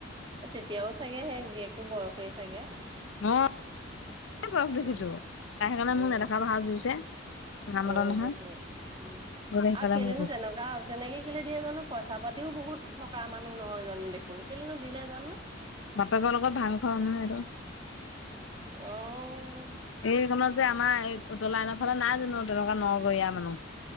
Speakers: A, on the right (about 25°); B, on the left (about 85°).
A: এই তেতিয়াও চাগে সেই গিৰিয়েকটো বয়সেই চাগে।
B: অ বহুতে বয়স দেখিছো
A: উম
B: তাই সেইকাৰণে
A: উম
B: মোক নেদেখা ভাও জুৰিছে। নামতা
A: অ
B: নহয়
A: সেইটোয়ে উম
B: সেইফালে
A: আৰু কেলেনো
B: মোৰ গৈছে
A: তেনেকোৱা তেনেকে কেলে দিয়ে জানো পইচা পাতিও বহুত থকা মানুহ নহয় জানো দেখোন কেলেনো দিলে জানো
B: বাপেকৰ লগত ভাং খোৱা মানুহে সেইটো
A: অ
B: এইখনত যে আমাৰ এই উতলা এনৰাৰ ফালে নাই জানো তেনেকোৱা নগৰীয়া মানুহ